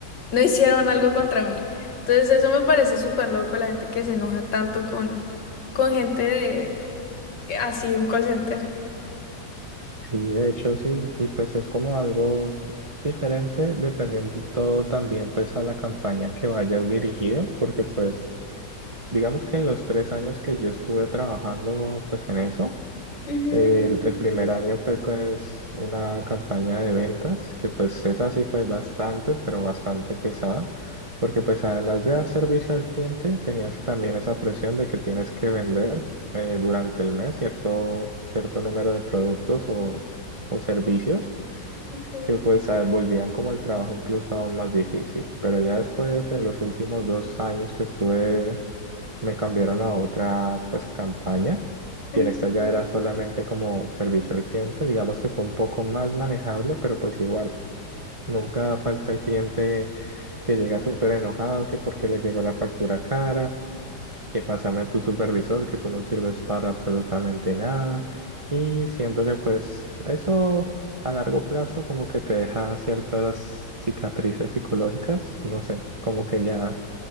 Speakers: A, on the left; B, on the right.
A: no hicieron algo contra mí. Entonces eso me parece súper loco, la gente que se enoja tanto con, con gente de así, un call center.
B: Sí, de hecho sí, y pues es como algo diferente dependiendo todo también pues a la campaña que vayas dirigido, porque pues digamos que en los tres años que yo estuve trabajando pues en eso.
A: Ujú,
B: El, el primer año fue pues una campaña de ventas que pues esa sí fue bastante, pero bastante pesada, porque pues además de dar servicio al cliente, tenías también esa presión de que tienes que vender eh, durante el mes cierto, cierto número de productos o, o servicios
A: ujú,
B: que pues ah, volvían como el trabajo incluso aún más difícil. Pero ya después, en los últimos dos años que estuve me cambiaron a otra pues campaña
A: ujú.
B: y en esta ya era solamente como servicio al cliente, digamos que fue un poco más manejable, pero pues igual, nunca falta el cliente que llega súper enojado, que porque le llegó la factura cara, que pásame a tu supervisor, que tú no sirves para absolutamente nada y siento que pues eso a largo plazo como que te deja ciertas cicatrices psicológicas, no sé, como que ya